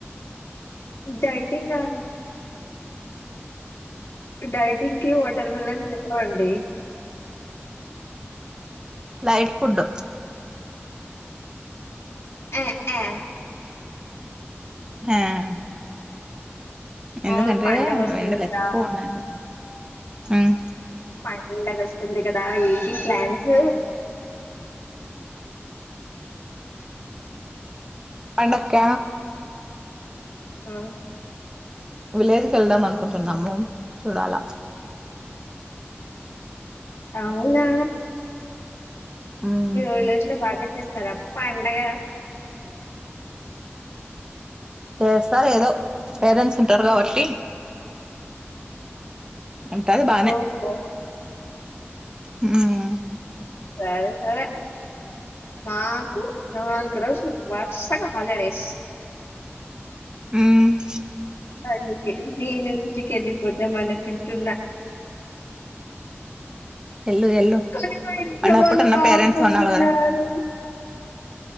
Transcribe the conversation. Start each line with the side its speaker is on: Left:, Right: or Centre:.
Left: డైటింగ్గా. డైటింగ్కి వాటర్మీలన్. ఆహ్ అండి.
Right: Light food.
Left: ఆహ్ ఆహ్
Right: ఆహ్ ఎందుకంటే
Left: అవును పండగ వస్తుంది
Right: ఎండలు
Left: కదా
Right: ఎక్కువగా ఉన్నాయి. ఉమ్.
Left: పండగ వస్తుంది కదా ఏంటి ప్లాన్స్.
Right: పండాక్క.
Left: ఆహ్
Right: విలేజ్ కు వెళ్దాం అనుకుంటున్నాము చూడాలా.
Left: అవునా
Right: ఉమ్
Left: మీ విలేజ్ లో బాగా చేస్తారా పండగ
Right: చేస్తారు ఏదో పేరెంట్స్ ఉంటారు కాబట్టి. ఉంటాది బానే
Left: ఓహో
Right: ఉమ్
Left: సరే సరే మాకు నాలుగు రోజులు వర్సగా హాలిడేస్.
Right: ఉమ్
Left: అందుకే నేను చికెన్ వద్దమనుకుంటున్న
Right: ఎల్లు ఎల్లు
Left: కానీ మా ఇంట్లో
Right: అన్నప్పుడు
Left: వాళ్ళు
Right: అన్న
Left: రావద్దంటున్నారు.
Right: పేరెంట్స్ అన్నారు కదా